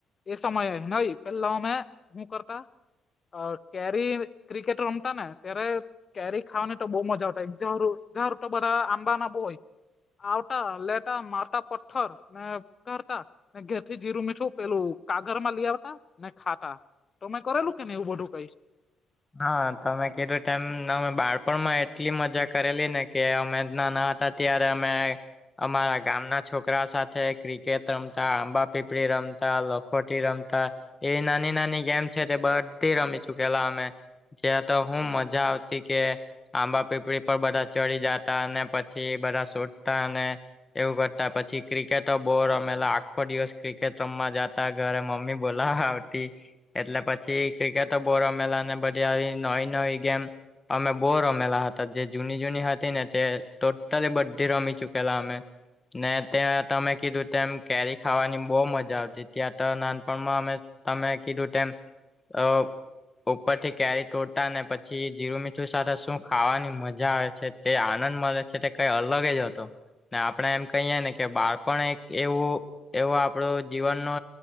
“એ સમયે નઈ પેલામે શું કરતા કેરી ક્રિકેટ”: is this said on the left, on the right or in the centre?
Left